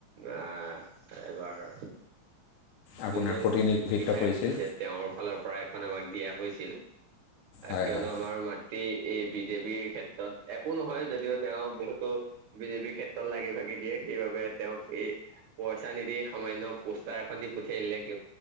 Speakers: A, on the right (about 65°); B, on the left (about 80°).
A: এ এইবাৰ
B: আপোনাৰ
A: যোনজন
B: প্ৰতিনিধিত্ব
A: বিধায়ক
B: কৰিছিল
A: উঠিছে তেওঁৰ ফালৰ পৰা এখন আমাক দিয়া হৈছিল।
B: হয়
A: কিয়নো
B: হয়
A: আমাৰ মাতৃ এই বিজেপিৰ ক্ষেত্ৰত একো নহয় যদিও তেওঁ বহুতো বিজেপিৰ ক্ষেত্ৰত লাগি ভাগি দিয়ে সেইবাবে তেওঁক। এই পইচা নিদিয়ে সামান্য পোষ্টাৰ এখন দি প উঠিলে ক